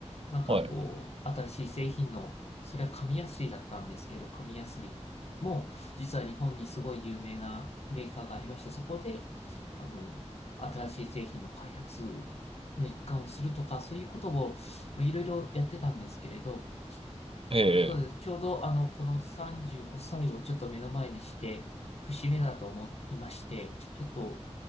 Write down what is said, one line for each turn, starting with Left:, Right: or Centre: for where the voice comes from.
Left: なんかこう、
Right: はい。
Left: 新しい製品の、それは紙やすりだったんですけど、紙やすりも、実は日本にすごい有名なメーカーがありまして、そこで、あの、新しい製品の開発の一環をするとか、そういうことを、まあ、いろいろやってたんですけれど、
Right: ええ、
Left: そうです。ちょうど、あの、この35歳をちょっと目の前にして、節目だと思いまして、ちょっと、